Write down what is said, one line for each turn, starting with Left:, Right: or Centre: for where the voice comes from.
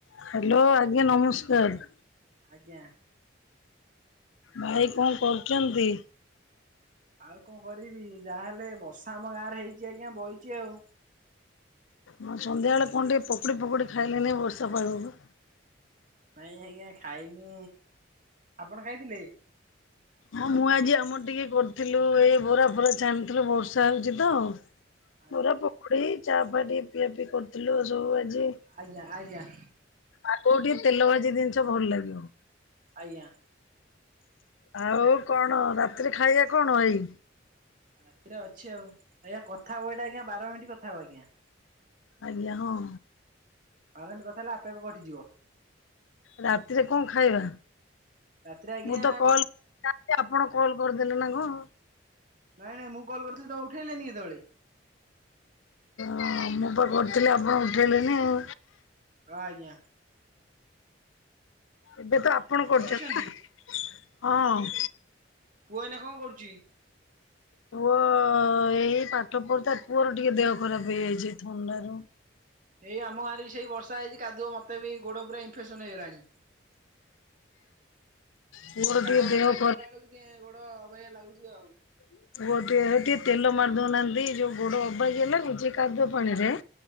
Left: Hello ଆଜ୍ଞା ନମସ୍କାର।
Right: ଆଜ୍ଞା।
Left: ଭାଇ କଣ କରୁଛନ୍ତି?
Right: ଆଉ କଣ କରିବି ଯାହାହେଲେ ବର୍ଷା ଆମ ଗାଁ ରେ ହେଇଛି ଆଜ୍ଞା ବଇଛି ଆଉ।
Left: ହଁ ସନ୍ଧ୍ୟାବେଳେ କଣ ଟିକେ ପକୁଡି ଫକୁଡି ଖାଇଲେନି ଏଇ ବର୍ଷା ପାଗକୁ।
Right: ନାଇଁ ଆଜ୍ଞା ଖାଇନି ଆପଣ ଖାଇଥିଲେ?
Left: ହଁ ମୁଁ ଆଜି ଆମର ଟିକେ କରିଥିଲୁ ଏ ବରା ଫରା ଛାଣିଥିଲୁ ବର୍ଷା ହେଉଛି ତ।
Right: ଆଜ୍ଞା
Left: ପୁର ପକୁଡି ଚା ଫା ଟିକେ ପିଆ ପିଇ କରିୁଥିଲୁ ସବୁ ଆଜି।
Right: ଆଜ୍ଞା ଆଜ୍ଞା।
Left: ଆଗକୁ ଟିକେ ତେଲ ଭାଜି ଜିନିଷ ଭଲ ଲାଗିବ।
Right: ଆଜ୍ଞା।
Left: ଆଉ କଣ ରାତିରେ ଖାଇବା କଣ ଭାଇ?
Right: ରାତିରେ ଅଛି ଆଉ ଆଜ୍ଞା କଥା ହବ ଏଇଟା ଆଜ୍ଞା ବାର ମିନିଟ କଥା ହବ ଆଜ୍ଞା।
Left: ଆଜ୍ଞା ହଁ।
Right: ବାର ମିନିଟ୍ କଥା ହେଲା ଆପେ ଆପେ କଟିଯିବ।
Left: ରାତିରେ କଣ ଖାଇବା
Right: ରାତିରେ ଆଜ୍ଞା
Left: ମୁଁ ତ କଲ। ଆପଣ କଲ୍ କରିଦେଲେ ନା କଣ।
Right: ନାଇଁ ନାଇଁ ମୁଁ କଲ କରିଥିଲି ତମେ ଉଠେଇଲେନି କେତେବେଳେ।
Left: ହଁ ମୁଁ ପା କରିଥିଲି ଆପଣ ଉଠେଇଲେନି ଆଉ।
Right: ହଁ ଆଜ୍ଞା।
Left: ଏବେ ତ ଆପଣ
Right: ଆଜ୍ଞା
Left: କରୁଛନ୍ତି
Right: ଭଲ ଅଛନ୍ତି
Left: ନା ହଁ।
Right: ପୁଅ ଏଇନା କଣ କରୁଛି।
Left: ପୁଅ ଏଇ ପାଠ ପଢୁ ତା ପୁଅର ଟିକେ ଦେହ ଖରାପ ହେଇଯାଇଛି ଥଣ୍ଡରୁ।
Right: ଏଇ ଆମ ଆରେ ସେଇ ବର୍ଷା ହେଇଛି କାଦୁଅ ମୋତେ ବି ଗୋଡ ପୁରା ଇନଫେକ୍ସନ ହେଇଗଲାଣି।
Left: ପୁଅର ଟିକେ
Right: କାଦୁଅ
Left: ଦେହ
Right: ପାଣିରେ
Left: ଖରାପ
Right: ବୁଲିଲା ବେଳକୁ ଟିକେ ଗୋଡ ଅବାଗିଆ ଲାଗୁଛି ଆଉ।
Left: <inaudible> ଗୋଟେ ଏ ଟି ତେଲ ମାରି ଦଉନାହାନ୍ତି ଯଉ ଗୋଡ଼ ଅବାଗିଆ ଲାଗୁଛି କାଦୁଅ ପାଣିରେ।